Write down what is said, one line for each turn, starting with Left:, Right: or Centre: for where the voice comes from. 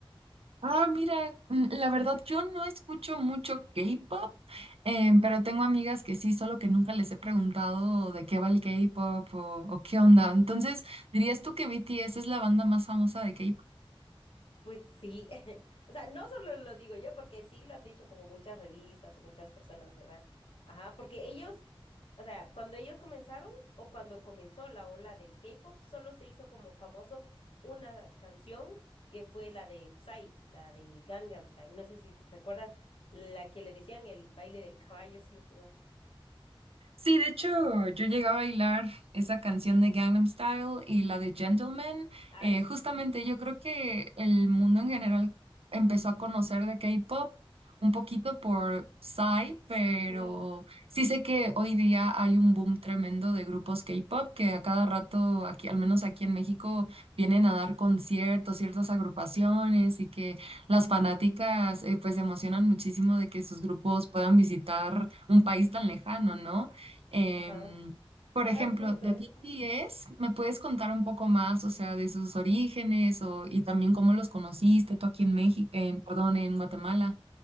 Right: Ah, mira, mm, la verdad yo no escucho mucho K-pop, em, pero tengo amigas que sí, solo que nunca les he preguntado de qué va el K-pop o, o qué onda. Entonces, ¿dirías tú que BTS es la banda más famosa de K-pop?
Left: Pues sí, <laughs> o sea, no solo lo digo yo, porque sí lo han dicho como muchas revistas o muchas personas, ¿verdad? Ajá, porque ellos, o sea, cuando ellos comenzaron o cuando comenzó la ola del K-pop, solo se hizo como famoso una canción que fue la de Psy, la de Gangnam Style. No sé si recuerdas la que le decían el baile del caballo, <laughs> si no estoy mal.
Right: Sí, de hecho, yo llegué a bailar esa canción de Gangnam Style y la de Gentleman.
Left: Ah,
Right: eh,
Left: sí,
Right: justamente
Left: sí. sí.
Right: yo creo que el mundo en general empezó a conocer de K-pop un poquito por Psy, pero
Left: Ujú,
Right: sí sé que hoy día hay un boom tremendo de grupos K-pop que a cada rato, aquí, al menos aquí en México, vienen a dar conciertos, ciertas agrupaciones y que las fanáticas eh, pues se emocionan muchísimo de que sus grupos puedan visitar un país tan lejano, ¿no? Em,
Left: Ajá,
Right: por
Left: ajá,
Right: ejemplo,
Left: justo
Right: de
Left: eso.
Right: BTS, ¿me puedes contar un poco más, o sea, de sus orígenes o, y también cómo los conociste tú aquí en México, en, perdón, en Guatemala?